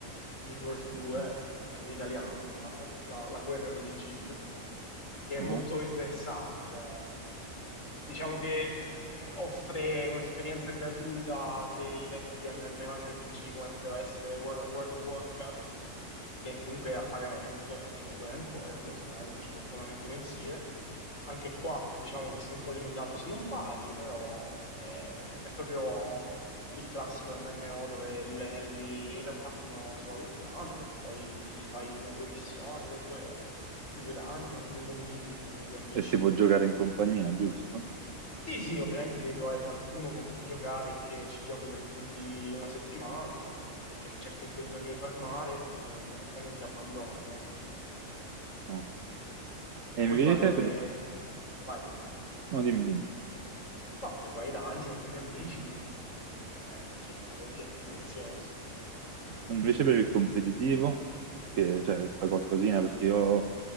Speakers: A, on the left; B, on the right.
A: Guild Wars 2,
B: Sì.
A: eh, in italiano, diciamo, la, la guerra delle guild, che è
B: Ah.
A: molto interessante. Cioè, diciamo che eh, offre un'esperienza gratuita a dei vecchi MMORPG come poteva essere Wor- World of Warcraft che comunque è a pagamento, e lo è ancora se non sbaglio, c'è l'abbonamento mensile. Anche qua diciamo che sei un po' limitato se non paghi, però eh, è proprio il classico MMO dove livelli in realtà fino solo all'80 e poi ti fai le tue missioni, le tue- i tuoi dungeon, i tuoi domini con i tuoi amici.
B: E si può giocare in compagnia, giusto?
A: Sì, sì, ovviamente devi trovare qualcuno con cui giocare e che ci giochi per più di una settimana, perché c'è comunque bisogno di farmare e, e non ti abbandoni, ecco.
B: No. E invece,
A: Puoi fare le...
B: per-
A: Vai.
B: no, dimmi, dimmi.
A: No, puoi fare i dungeon con gli amici, eh, cercare oggetti preziosi.
B: Invece per il competitivo, perché cioè, fai qualcosina, perché io